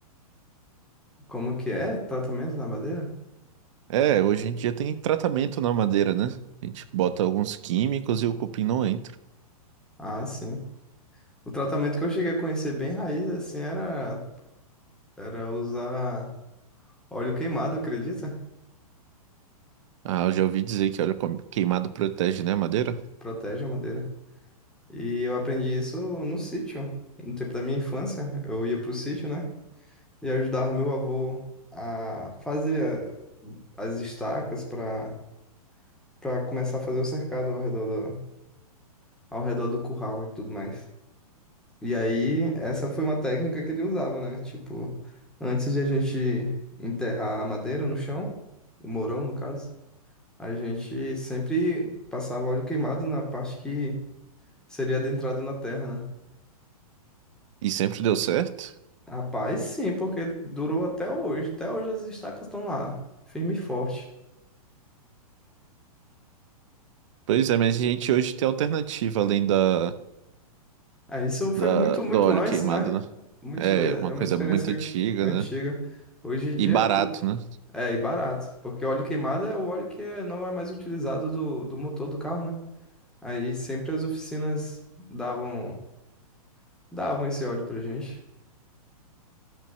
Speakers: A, in the centre; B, on the right.
A: Como que é? Tratamento na madeira?
B: É, hoje em dia tem tratamento na madeira, né? A gente bota alguns químicos e o cupim não entra.
A: Ah, sim. O tratamento que eu cheguei a conhecer bem raiz, assim, era, era usar óleo queimado, acredita?
B: Ah, eu já ouvi dizer que óleo com- queimado protege, né, a madeira?
A: Protege a madeira. E eu aprendi isso no sítio, no tempo da minha infância. Eu ia pro sítio, né? E ajudava meu avô a fazer as estacas para para começar a fazer o cercado ao redor do, ao redor do curral e tudo mais. E aí, essa foi uma técnica que ele usava, né? Tipo, antes de a gente enterrar a madeira no chão, o mourão, no caso, a gente sempre passava óleo queimado na parte que seria adentrada na terra, né?
B: E sempre deu certo.
A: Rapaz, sim, porque durou até hoje. Até hoje as estacas estão lá, firme e forte.
B: Pois é, mas a gente hoje tem alternativa além da,
A: Aí isso foi
B: da,
A: muito, muito
B: do óleo
A: antes,
B: queimado,
A: né?
B: né?
A: Muito,
B: É
A: é
B: uma
A: é uma
B: coisa
A: experiência
B: muito antiga,
A: antiga.
B: né?
A: Hoje em dia,
B: E barato,
A: to-
B: né?
A: É, e barato, porque óleo queimado é o óleo que não é mais utilizado do, do motor do carro, né? Aí sempre as oficinas davam, davam esse óleo pra gente.